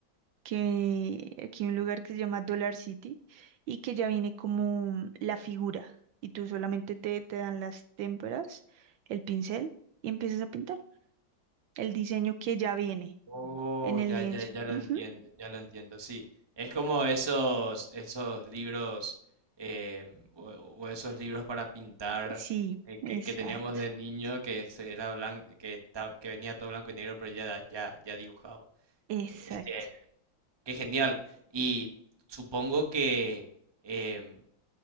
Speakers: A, on the right (about 75°); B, on the right (about 20°).
A: que aquí hay un lugar que se llama Dollar City y que ya viene como la figura y tú solamente te, te dan las témperas, el pincel y empiezas a pintar el diseño que ya viene
B: Oh,
A: en el
B: ya,
A: lienzo.
B: ya, ya lo
A: Ujú.
B: entiendo, ya lo entiendo, sí. Es como esos, esos libros eh, o, o esos libros para pintar
A: Sí,
B: eh,
A: exacto,
B: que, que teníamos de niño que se- era blanco, que esta- que venía todo blanco y negro, pero ya, ya, ya dibujado.
A: exacto.
B: Eh, Este, qué genial. Y supongo que em,